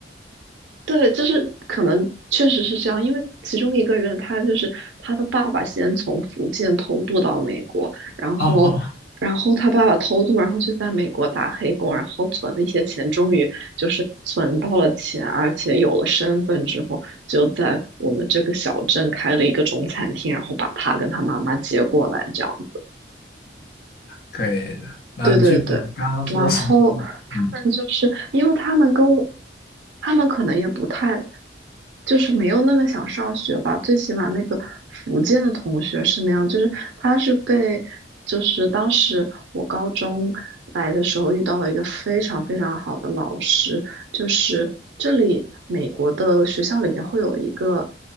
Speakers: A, on the right (about 80°); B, on the left (about 55°).
A: 对，就是可能确实是这样，因为其中一个人他就是他的爸爸先从福建偷渡到美国，然后然后他爸爸偷渡，
B: 哦 <laughs>
A: 然后就在美国打黑工，然后存了一些钱，终于就是存到了钱，而且有了身份之后，就在我们这个小镇开了一个中餐厅，然后把他跟他妈妈接过来，这样子。
B: 可以的，然后你继续说，
A: 对对对，
B: 刚刚说什么？
A: 然后他们就是因为他们跟我，
B: 嗯，
A: 他们可能也不太，就是没有那么想上学吧。最起码那个福建的同学是那样，就是他是被，就是当时我高中来的时候遇到了一个非常非常好的老师，就是这里美国的学校里面会有一个。